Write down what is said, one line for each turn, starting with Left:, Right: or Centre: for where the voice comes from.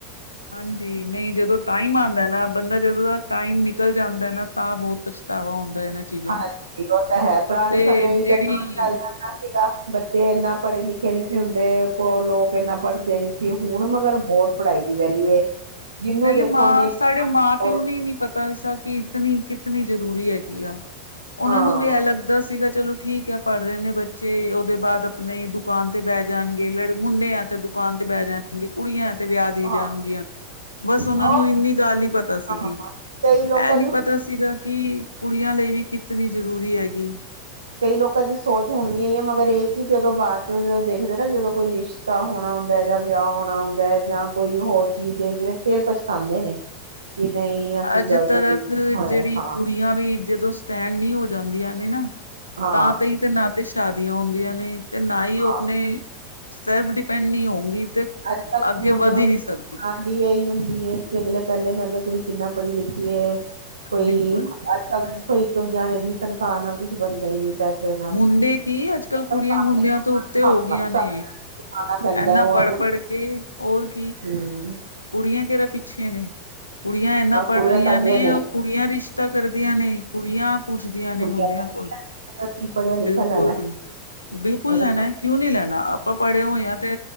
Left: ਹਾਂਜੀ ਨਹੀਂ ਜਦੋਂ ਟਾਈਮ ਆਉਂਦਾ ਨਾ ਬੰਦਾ ਜਦੋਂ ਦਾ ਟਾਈਮ ਨਿਕਲ ਜਾਂਦਾ ਨਾ ਤਾਂ ਬਹੁਤ ਪਛਤਾਵਾ ਹੁੰਦਾ ਇਹਨਾਂ ਚੀਜ਼ਾਂ
Right: ਹਾਂਜੀ
Left: ਦਾ
Right: ਉਹ ਤਾਂ ਹੈ ਪੁਰਾਣੇ
Left: ਤੇ
Right: ਸਮੇਂ
Left: ਜਿਹੜੀ
Right: ਵੀ ਤਾਂ ਚ ਚੱਲ ਜਾਂਦਾ ਸੀਗਾ ਬੱਚੇ ਇੰਨਾ ਪੜ੍ਹੇ ਲਿਖੇ ਨਹੀਂੀ ਸੀ ਹੁੰਦੇ ਕੋ ਲੋਕ ਇੰਨਾ ਪੜ੍ਹਦੇ ਨੀ ਸੀ ਹੁਣ ਮਗਰ ਬਹੁਤ ਪੜ੍ਹਾਈ ਦੀ ਵੈਲਿਊ ਜਿਹਨੂੰ
Left: ਪਹਿਲੇ
Right: ਦੇਖੋ
Left: ਮਾਂ
Right: ਨਹੀਂ
Left: ਸਾਡੇ ਮਾਂ
Right: ਉਹ
Left: ਪਿਓ ਨੂੰ ਨੀ ਪਤਾ ਇਸਦਾ ਕਿ ਕਿਤਨੀ ਕਿਤਨੀ ਜ਼ਰੂਰੀ ਹੈਗੀ ਆ ਉਹਨਾਂ
Right: ਹਾਂ
Left: ਨੂੰ ਵੀ ਐ ਲੱਗਦਾ ਸੀਗਾ ਚਲੋ ਠੀਕ ਹੈ ਪੜ੍ਹ ਰਹੇ ਨੇ ਬੱਚੇ ਉਹਦੇ ਬਾਅਦ ਆਪਣੇ ਦੁਕਾਨ ਤੇ ਬਹਿ ਜਾਣਗੇ ਲੜ ਮੁੰਡਿਆਂ ਤੇ ਦੁਕਾਨ ਤੇ ਬਹਿ ਜਾਣਗੇ ਕੁੜੀਆਂ ਤੇ ਵਿਆ ਦੀ
Right: ਹਾਂ
Left: ਜਾਣਗੀਆਂ ਬਸ ਉਹਨਾਂ
Right: ਉਹ
Left: ਨੂੰ ਇੰਨੀ ਗੱਲ ਨ ਪਤਾ ਸੀਗੀ
Right: ਹਾਂ
Left: ਇਹ
Right: ਕਈ ਲੋਕਾਂ
Left: ਨੀ
Right: ਦੀ
Left: ਪਤਾ ਸੀਗਾ ਕਿ ਕੁੜੀਆਂ ਲਈ ਵੀ ਕਿਤਨੀ ਜ਼ਰੂਰੀ ਹੈਗੀ
Right: ਕਈ ਲੋਕਾਂ ਦੀ ਸੋਚ ਹੁਣ ਵੀ ਆਈ ਹੈ ਮਗਰ ਇਹ ਕਿ ਜਦੋਂ ਬਾਅਦ ਚੋਂ ਦੇਖਦੇ ਨਾ ਜਦੋਂ ਕੋਈ ਰਿਸ਼ਤਾ ਹੋਣਾ ਹੁੰਦਾ ਜਾਂ ਵਿਆਹ ਹੋਣਾ ਹੁੰਦਾ ਜਾਂ ਕੋਈ ਹੋਰ ਚੀਜ਼ ਦੇਖਦੇ ਨੇ ਫੇਿਰ ਪਛਤਾਉਂਦੇ ਨੇ ਕਿ ਨਹੀਂ ਅਸੀਂ
Left: ਅੱਜ
Right: ਗ਼ਲਤ
Left: ਤੱਕ
Right: ਕੀਤੀ ਹੋਏ
Left: ਜਿਹੜੀ
Right: ਹਾਂ
Left: ਕੁੜੀਆਂ ਵੀ ਜਦੋਂ ਸਟੈਂਡ ਨਹੀਂ ਹੋਈ ਜਾਂਦੀਆਂ ਨੇ ਨਾ
Right: ਹਾਂ
Left: ਤਾਂ ਤ ਹੀ ਤੇ ਨਾ ਤੇ ਸ਼ਾਦੀਆਂ ਹੁੰਦੀਆਂ ਨੇ ਤੇ ਨਾ ਹੀ
Right: ਹਾਂ
Left: ਉਹ ਆਪਣੇ ਸਲਫ ਡਿਪੈਂਡ ਨਹੀਂ ਹੋਊਗੀ ਤੇ
Right: ਅੱਜ ਕੱਲ
Left: ਅੱਗੇ
Right: ਮੁੰਡੇ
Left: ਵਧ
Right: ਵਾਲ
Left: ਹੀ ਨਹੀਂ ਸਕਦੀ
Right: ਆਡੀ ਇਹੀ ਹੁੰਦੀ ਹੈ ਕਿ ਅਗਲੇ ਪਹਿਲੇ ਕਹਿੰਦੇ ਕੁੜੀ ਕਿੰਨਾ ਪੜ੍ਹੀ ਲਿਖੀਏ ਕੋਈ
Left: ਬਿਲਕੁਲ
Right: ਅੱਜ ਕੱਲ ਤਾਂ ਦੇਖੋ ਇੱਕ ਜਾਣੇ ਦੀ ਤਨਖਾਹ ਨਾਲ ਕੁੱਝ ਬਣਦਾ ਹੀ ਨੀ ਪੈਸੇ ਨਾਲ
Left: ਮੁੰਡੇ ਕੀ ਅੱਜ ਕੱਲ੍ਹ ਕੁੜੀਆਂ
Right: ਸਾਰੇ
Left: ਮੁੰਡਿਆਂ ਤੋਂ ਉੱਤੇ ਹੋ
Right: ਹਾਂ
Left: ਗਈਆਂ
Right: ਸਾਰਿਆਂ
Left: ਨੇ
Right: ਨੂੰ ਖਾਣਾ ਪੈਂਦਾ
Left: ਇਨਾ
Right: ਉਹ
Left: ਪੜ੍ਹ
Right: ਨਾ
Left: ਪੜ੍ਹ ਕੇ ਕਿ ਹੋਰ ਕੀ
Right: ਹਮ
Left: ਕੁੜੀਆਂ ਕਿਹੜਰਾ ਪਿੱਛੇ ਨੇ ਕੁੜੀਆਂ ਇਨਾ ਪੜ੍ਹ
Right: ਕੁੜੀਆਂ
Left: ਰਹੀਆਂ
Right: ਤਾਂ ਅੱਗੇ
Left: ਨੇ ਉਹ ਕੁੜੀਆਂ ਰਿਸ਼ਤਾ ਕਰਦੀਆਂ ਨੇ ਕੁੜੀਆਂ ਪੁੱਛਦੀ ਆਂ ਨੇ
Right: ਕੁੜੀਆਂ
Left: ਮੁੰਡਿਆਂ
Right: ਕਹਿੰਦੀਆਂ
Left: ਕੋਲ
Right: ਅਸੀਂ ਪੜ੍ਹਿਆ ਲਿਖਿਆ
Left: ਬਿਲਕੁਲ
Right: ਲੈਣਾ
Left: ਬਿਲਕੁਲ
Right: ਅਸੀਂ
Left: ਲੈਣਾ
Right: ਪੜ੍ਹਿਆ
Left: ਕਿਉਂ ਨੀ ਲੈਣਾ ਆਪਾਂ ਪੜ੍ਹੇ ਹੋਏ ਹ ਤੇ